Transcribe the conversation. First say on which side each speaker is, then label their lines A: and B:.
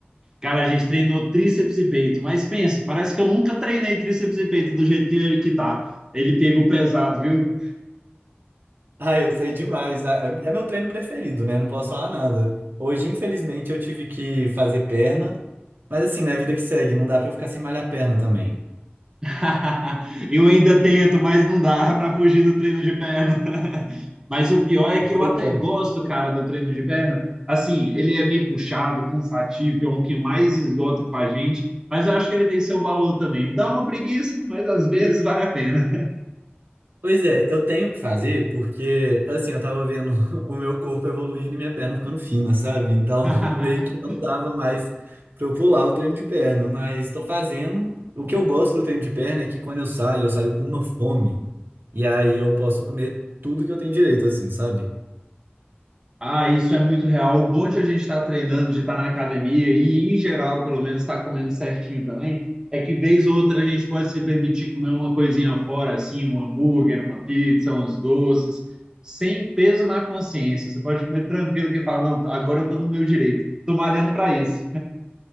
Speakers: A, on the right; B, on the right.
A: Cara, a gente treinou tríceps e peito, mas pensa, parece que eu nunca treinei tríceps e peito do jeito que ele que tá. Ele pegou pesado, viu?
B: Ah, eu sei demais. Ah, É é meu treino preferido, né? Não posso falar nada. Hoje, infelizmente, eu tive que fazer perna, mas assim, né? A Vida que segue, não dá pra eu ficar sem malhar perna também.
A: <laughs> Eu ainda tento, mas não dá para fugir do treino de perna. <laughs> Mas o pior é que
B: Pois
A: eu até
B: é.
A: gosto, cara, do treino de perna. Assim, ele é meio puxado, cansativo, é um que mais esgota com a gente, mas eu acho que ele tem seu valor também. Dá uma preguiça, mas às vezes vale a pena.
B: Pois é, eu tenho que fazer porque, assim, eu tava vendo <laughs> o meu corpo evoluindo e minha perna ficando fina, sabe? Então,
A: <laughs>
B: <laughs> meio que não dava mais pra eu pular o treino de perna, mas tô fazendo. O que eu gosto do treino de perna é que quando eu saio, eu saio com uma fome. E aí eu posso comer tudo que eu tenho direito, assim, sabe?
A: Ah, isso é muito real. O bom de a gente estar treinando, de estar na academia e, em geral, pelo menos, estar comendo certinho também, é que, vez ou outra, a gente pode se permitir comer uma coisinha fora, assim, um hambúrguer, uma pizza, uns doces, sem peso na consciência. Você pode comer tranquilo que fala, não, agora eu estou no meu direito. Estou malhando para isso.